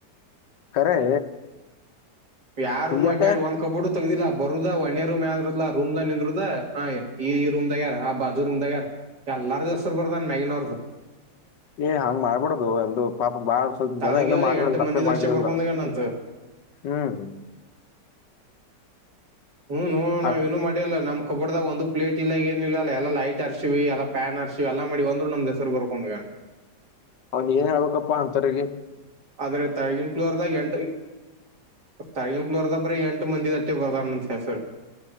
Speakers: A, on the left; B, on the right.
A: ಖರೆ.
B: ಯಾವ
A: ಹಿಂಗ್ಯಾಕ
B: ರೂಮ್ ಅಡ್ಯಾಡ್ ಅಡಿ ಒಂದ ಕಬರ್ಡು ತಗ್ದಿಲ್ಲ ಬರುದ ಒಣೆೇ ರೂಮ ಯಾವುದ ಇರ್ತಿತ್ ಲಾ ಆ ರೂಮ್ ದ ನಿಂದ್ರದ ಹಾ. ಈ ಈ ರೂಮದಾಗ ಯಾರ್ ಆ ಬಾಜು ರೂಮ್ ದಾಗ್ ಯಾರ ಅಲ್ಲಾರ ಹೆಸರು ಬರ್ದಾನ್ ಮ್ಯಾಗೀನವೃದು.
A: ಏ ಹಂಗ್ ಮಾಡ್ಬಡದು ಒಂದು ಪಾಪ. ಬಾಳ ಸ್ವಲ್ಪ
B: ತಳಗ
A: ಜನ ಏನೂ ಮಾಡಿರಲ್ಲ
B: ಎಂಟು
A: ತಪ್ಪೇ
B: ಮಂದಿದ
A: ಮಾಡಿರಲ್ಲ
B: ಅಷ್ಟೇ ಬರ್ಕೊಂಡಾಗನಂತ
A: ಹ್ಮ್ ಹ್ಮ.
B: ಹ್ಮ್ ನೊ ನಾವ
A: ಅದ್
B: ಏನು ಮಾಡ ಅಲ್ಲ ನಮ್ ಕಬೋರ್ಡ್ ದಾಗ ಒಂದು ಪ್ಲಟ್ ಇ ಏ ಇಲ್ಲಲ್ಲ ಎಲ್ಲ ಲೈಟ್ ಆರ್ತ ಹರ್ಶಿವಿ ಎಲ್ಲ ಪ್ಯಾನ್ ಹರ್ಶಿವ ಎಲ್ಲಾ ಮಾಡಿ ಒಂದ್ರು ನಮ್ ಹೆಸರು ಬರ್ಕೊಂಡ
A: ಅವನ್ ಏನ್ ಹೇಳ್ಬೇಕಪ್ಪಾ ಅಂಥವರಿಗೆ
B: ಆದ್ರೆ ತಳಗಿನ ಫ್ಲೋರ್ ದಾಗ ಎಂಟ್ರಿ ತಳಿಗಿನ್ ತಾಳ್ಗಿನ್ ಫ್ಲೋವರ್ದಾಗ ಬರಿ ಎಂಟ ಮಂದಿ ಅಷ್ಟೇ ಬರೆದನ್ ಅಂತ ಹೆಸರು